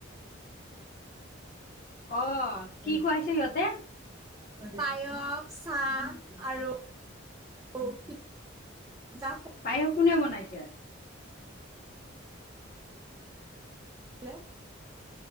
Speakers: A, on the left (about 45°); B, on the right (about 15°).
A: অ',
B: হয়।
A: কি খুৱাইছে সিহঁতে
B: পায়স চাহ আৰু য
A: পায়স কোনে বনাইছে।
B: বোলে